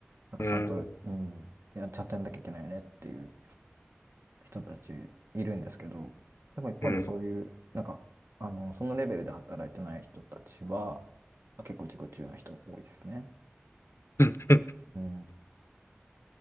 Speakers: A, on the right; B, on the left.
A: なんかちゃんと、
B: うん。
A: うん、いや、ちゃんとやんなきゃいけないよねっていう人たちいるんですけど、でも一方でそういう、
B: うん。
A: なんか、あの、そのレベルで働いてない人たちは、結構自己中な人も多いですね。
B: うん
A: うん。